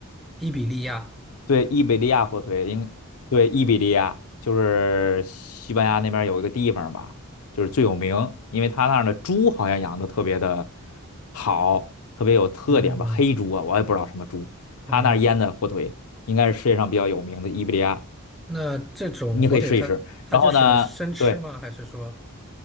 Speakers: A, in the centre; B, on the left.
A: 伊比利亚，
B: 对，伊比利亚火腿，应对伊比利亚就是西班牙那边有一个地方吧，就是最有名，因为他那儿的猪好像养的特别的好，特别有特点吧，
A: 嗯。
B: 黑猪啊，我也不知道什么猪，他那儿腌的火腿应该是世界上比较有名的伊比利亚，
A: 哦。那这种火腿它它就是生吃吗？
B: 你可以试一试。然后呢，对
A: 还是说